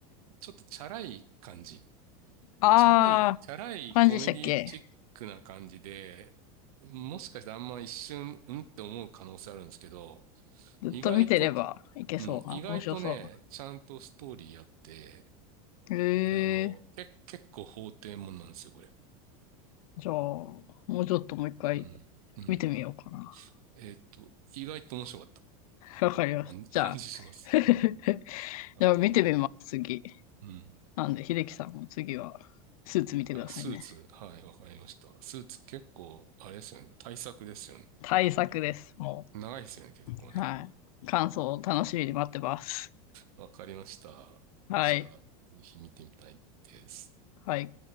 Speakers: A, on the right; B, on the left.
A: ちょっとチャラい感じ。
B: あ
A: チャラい、チャラいコメディチックな感じで、
B: ー、感じでしたっけ
A: もしかしてあんま一瞬、うんって思う可能性あるんですけど、
B: ずっと見てればいけそうな、
A: 意外と、うん、意外とね、
B: 面白そうな。
A: ちゃんとストーリーあって、
B: へ
A: えあの、
B: ー。
A: け、結構法廷もんなんですよ、これ。
B: じゃあ、もうちょっともう一回
A: うん。うん。
B: 見てみようかな。
A: えーっと、意外と面白かった
B: わかりました。
A: 感 <laughs>
B: じゃあ、
A: 感じします。
B: <laughs>
A: あの、
B: じゃあ見てみます、次。
A: うん。
B: なんで、秀樹さんも次はスーツ見てくださいね。
A: あ、スーツ、はい、わかりました。スーツ結構、あれですよね。対策ですよね。
B: 大作です、も
A: 長いですよね、結構ね。
B: う。はい。感想を楽しみに待ってます。
A: わかりました。
B: はい。
A: じゃあ、ぜひ見てみたいです。
B: はい。